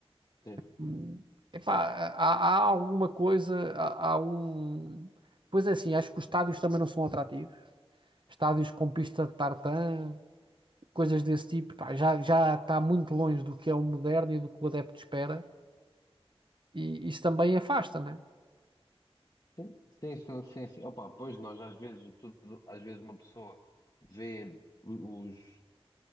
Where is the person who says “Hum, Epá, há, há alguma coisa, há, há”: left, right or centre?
Right